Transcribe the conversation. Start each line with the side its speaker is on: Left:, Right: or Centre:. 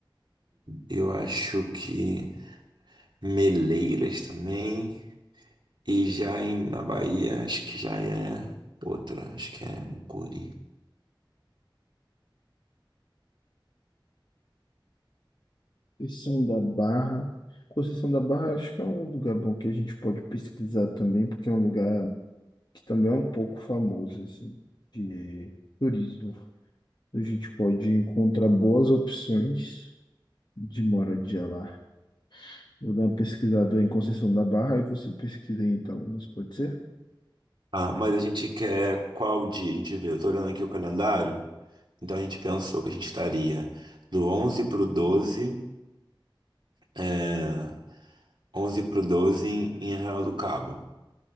Right: Eu acho que Meleiras também. E já em, na Bahia, acho que já é outra. Acho que é Mucuri.
Left: Conceição da Barra. Conceição da Barra acho que é um lugar bom que a gente pode pesquisar também, porque é um lugar que também é um pouco famoso, assim, de turismo. A gente pode encontrar boas opções de moradia lá. Vou dar uma pesquisada em Conceição da Barra e você pesquisa em Itaúnas, pode ser?
Right: Ah, mas a gente quer qual dia? A gente vê. Eu tô olhando aqui o calendário. Então a gente pensou que a gente estaria do 11 pro 12. É... 11 pro 12 em em Arraial do Cabo.